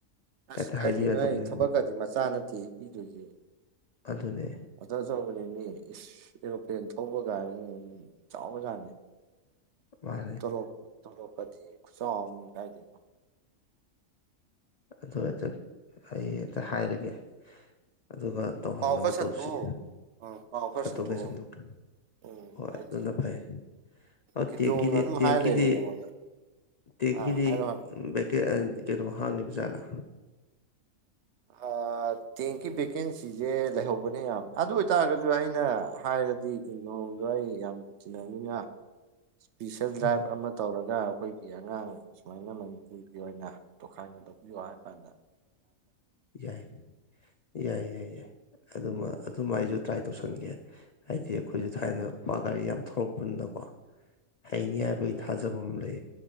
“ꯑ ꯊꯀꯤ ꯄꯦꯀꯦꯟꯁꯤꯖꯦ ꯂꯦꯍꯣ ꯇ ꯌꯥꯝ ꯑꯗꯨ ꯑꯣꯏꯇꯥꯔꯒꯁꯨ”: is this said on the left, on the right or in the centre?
Right